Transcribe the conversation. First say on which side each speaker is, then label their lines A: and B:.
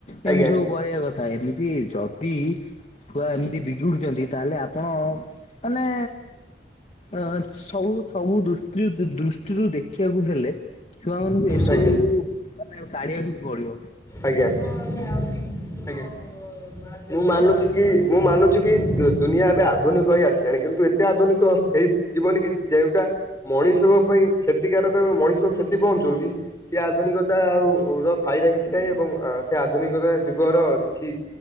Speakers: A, on the left; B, on the left.
A: ଆଜ୍ଞା
B: ଏମତି ସବୁ କହିବା କଥା ଏମିତି ଯଦି ଛୁଆ ଏମିତି ବିଗିଡୁଛନ୍ତି ତାହେଲେ ଆ ଆପଣ ମାନେ ଅ ସବୁ ସବୁ ଦୃଷ୍ଟି ଦୃଷ୍ଟିରୁ ଦେଖିବାକୁ ହେଲେ ଛୁଆ ମାନଙ୍କୁ ଏସବୁ
A: ଆଜ୍ଞା
B: ମାନେ କାଢିବାକୁ ବି ପଡିବ।
A: ଆଜ୍ଞା। ଆଜ୍ଞା। ମୁଁ ମାନୁଛି
B: ଆଉ
A: କି ମୁଁ ମାନୁଛି କି ଦୁ ଦୁନିଆ ଏବେ ଆଧୁନିକ ହିଁ ଆସିଲାଣି କିନ୍ତୁ ଏତେ ଆଧୁନିକ ହେଇ ଜୀବନି କି ଯେଉଁଟା ମଣିଷଙ୍କ ପାଇଁ କ୍ଷତିକାରକ ଏବଂ ମଣିଷ କ୍ କ୍ଷତି ପହଞ୍ଚଉଚ୍ଛି ସେ ଆଧୁନିକତା ଆଉ ର ଫାଇଦା କିଛି ନାହିଁ ଏବଂ ସେ ଆଧୁନିକତା ଯୁଗର କିଛି